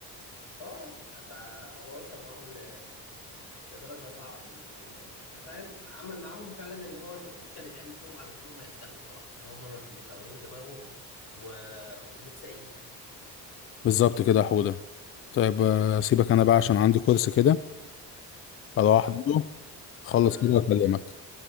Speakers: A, on the left; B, on the left.
A: اه فهو وصل معاهم ل... لدرجه صعبه ال... ال... فاهم عمل معاهم فعلا اللي هو المفروض كان يتعمل فيهم علشان هم يستاهلوا صراحه ان هم ما بيشغلوش دماغهم و... ومتساقين
B: بالظبط كده يا حودة طيب آه، سيبك انا بقى عشان عندي كورس كده اروح
A: طيب
B: احضره
A: خلاص ماشي
B: اخلص
A: وما
B: كده واكلمك